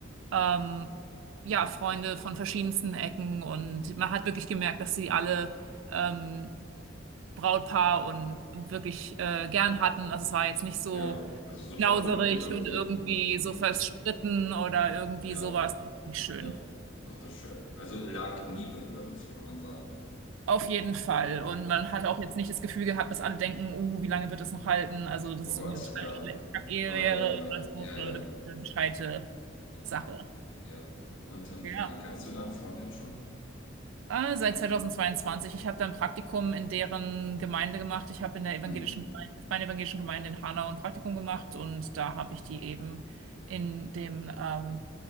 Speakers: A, on the right; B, on the left.
A: ähm, ja, Freunde von verschiedensten Ecken und man hat wirklich gemerkt, dass sie alle ähm, Brautpaar und wirklich äh, gern hatten. Also es war jetzt nicht so
B: Ja, also so
A: knauserig
B: verbunden irgendwie,
A: und irgendwie
B: obwohl. Mhm.
A: so verstritten oder irgendwie
B: Ja.
A: sowas. Nicht schön.
B: Ja, ach, das ist schön. Also lag Liebe in der Luft, kann man sagen.
A: Auf jeden Fall. Und man hat auch jetzt nicht das Gefühl gehabt, dass alle denken, uh, wie lange wird das noch halten? Also, das
B: Oh
A: ist
B: Gott,
A: irgendwie eine total
B: ja.
A: schlecht Ehe
B: Oh
A: wäre
B: ja, ja,
A: oder so,
B: ja,
A: sondern
B: ja,
A: wirklich
B: ja.
A: eine gescheite
B: Okay.
A: Sache.
B: Ja. Und, und
A: Ja.
B: wie lange kennst du deine Freundin schon?
A: Äh, seit 2022. Ich habe da ein Praktikum in deren Gemeinde gemacht. Ich habe in der evangelischen
B: Mhm.
A: Gemeinde, meiner evangelischen Gemeinde in Hanau ein Praktikum gemacht und da habe ich die eben in dem ähm,